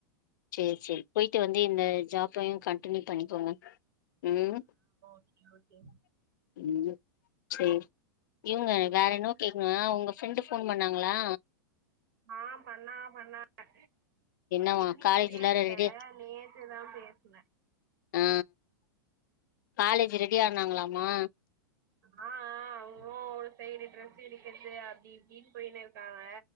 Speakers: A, on the left; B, on the right.
A: சேரி சேரி போய்ட்டு வந்து இந்த ஜாப்பயு கன்ட்டினியூ பண்ணிக்கோங்க ம்
B: ஆ ஓகே
A: ம் சேரி இவங்க
B: ம்
A: வேற என்னவோ கேக்குங்க ஒங்க ஃப்ரெண்டு் ஃபோன் பண்ணாங்களா
B: ஆ பண்ணாக பண்ணாக
A: என்னவா
B: இன்னக்கு
A: காலேஜ்
B: பேசல
A: எல்லா ரெடி
B: நேத் து தா பேசுனே
A: ஆ காலேஜ் ரெடி ஆனாங்களாமா
B: ஆ ஆ அவங்களு ஒரு சைடு ட்ரெஸ் எடுக்கிறது அப்டி இப்டின்னு போயின்னு இருக்காங்க